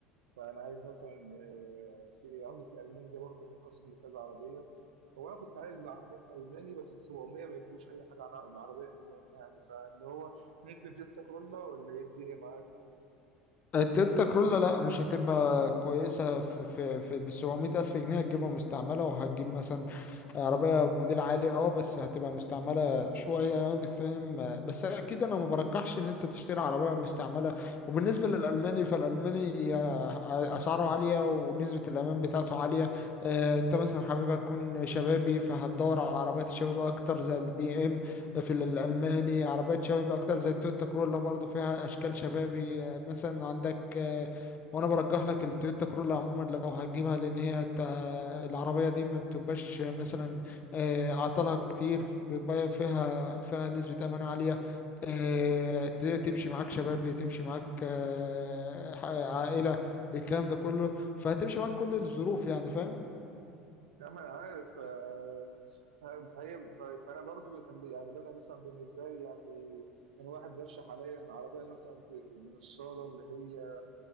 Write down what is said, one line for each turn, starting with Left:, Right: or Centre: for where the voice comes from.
Right: فأنا عايز مثلا آه، في عندك الألماني ده برضه منقسم لكذا عربية هو أنا كنت عايز عربية ألماني بس ال 700 ما يجيبوش أي حاجة عر- بعربية ألماني يعني فاللي هو ممكن تويوتا كرولا ولا إيه الدنيا معاك؟
Left: التويوتا كرولا لا مش هتبقى كويسة في في في بال 700 ألف جنيه هتجيبها مستعملة وهتجيب مثلا عربية موديل عالي اه بس هتبقى مستعملة شوية يعني فاهم بس أكيد أنا ما برجحش إن أنت تشتري عربية مستعملة وبالنسبة للألماني فالألماني آه، أسعاره عالية ونسبة الأمان بتاعته عالية آه، أنت مثلا حابب تكون شبابي فهتدور على عربيات الشباب أكتر زي البي في ال- الألماني عربيات شباب أكتر زي التويوتا كرولا برضو فيها أشكال شبابي آه، مثلا عندك آه، وأنا برجح لك التويوتا كرولا عموما لو هتجيبها لأن هي ت- العربية دي ما بتبقاش مثلا آه، أعطالها كتير بيبقى فيها فيها نسبة أمان عالية آه، ت- تمشي معاك شبابي تمشي معاك آه، ح- عائلة الكلام ده كله فهتمشي معاك كل الظروف يعني فاهم
Right: لا ما انا عارف آه، آه، فهي فانا برضو كان بي- يعني انا مثلا بالنسبه لي يعني كان واحد رشح عليا ان عربيه مثلا ت- من الصاله اللي هي